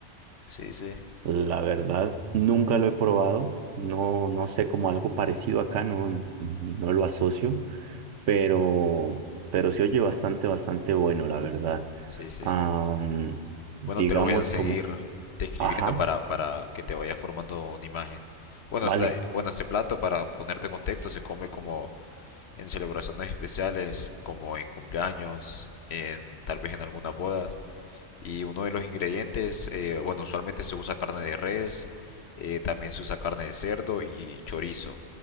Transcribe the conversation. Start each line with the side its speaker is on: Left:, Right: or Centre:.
Left: Sí, sí.
Right: La verdad, nunca lo he probado. No, no sé, como algo parecido acá, no, no lo asocio, pero, pero se oye bastante, bastante bueno, la verdad.
Left: Sí, sí.
Right: Am, digamos
Left: Bueno, te lo voy a seguir
Right: como,
Left: describiendo
Right: ajá,
Left: para, para que te vayas formando una imagen. Bueno,
Right: vale.
Left: esta- bueno, este plato, para ponerte en contexto, se come como en celebraciones especiales, como en cumpleaños, en tal vez en algunas bodas. Y uno de los ingredientes, eh, bueno, usualmente se usa carne de res, eh, también se usa carne de cerdo y chorizo.